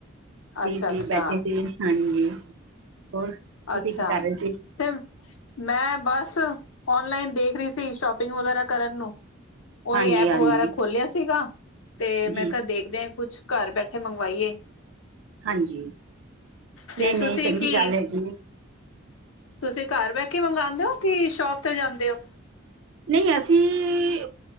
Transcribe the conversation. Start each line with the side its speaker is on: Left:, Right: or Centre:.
Left: ਅੱਛਾ
Right: ਜੀ ਸੀ
Left: ਅੱਛਾ,
Right: ਬੈਠੇ ਸੀ ਹਾਂਜੀ, ਹੋਰ ਤੁਸੀਂ
Left: ਅੱਛਾ
Right: ਕੀ ਕਰ ਰਹੇ ਸੀ
Left: ਫਿਰ ਮੈਂ ਬਸ ਓਨਲਾਈਨ ਦੇਖ ਰਹੀ ਸੀ ਸ਼ੋਪਿੰਗ ਵਗੈਰਾ ਕਰਨ ਨੂੰ। ਉਹੀ
Right: ਹਾਂਜੀ
Left: ਐਪ
Right: ਹਾਂਜੀ
Left: ਵਗੈਰਾ ਖੋਲਿਆ ਸੀਗਾ ਤੇ ਮੈਂ
Right: ਜੀ
Left: ਕਿਹਾ ਦੇਖਦੇ ਕੁਛ ਘਰ ਬੈਠੇ ਮੰਗਵਾਈਏ।
Right: ਹਾਂਜੀ
Left: ਤੇ
Right: ਨਹੀਂ ਨਹੀਂ
Left: ਤੁਸੀਂ
Right: ਚੰਗੀ
Left: ਕੀ
Right: ਗੱਲ ਹੈਗੀ।
Left: ਤੁਸੀਂ ਘਾਰ ਬਹਿ ਕੇ ਮੰਗਵਾਉਂਦੇ ਹੋ ਕਿ ਸ਼ੋਪ ਤੇ ਜਾਂਦੇ ਹੋ।
Right: ਨਹੀਂ ਅਸੀਂ